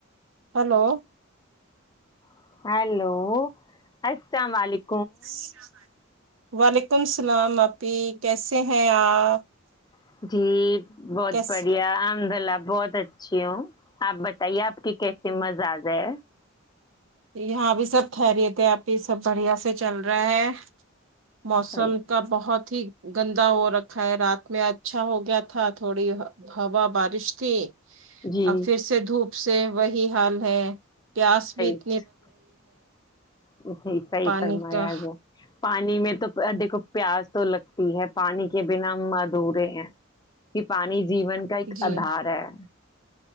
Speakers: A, on the right (about 65°); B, on the left (about 20°).
A: <unintelligible>
B: <unintelligible>
A: <inaudible> <unintelligible>
B: <unintelligible>
A: کیسے
B: <unintelligible>
A: <unintelligible> <unintelligible> <unintelligible>
B: صحیح
A: ا <unintelligible> <unintelligible>
B: جی
A: <unintelligible>
B: <unintelligible>
A: پانی کا
B: <unintelligible> <unintelligible>
A: جی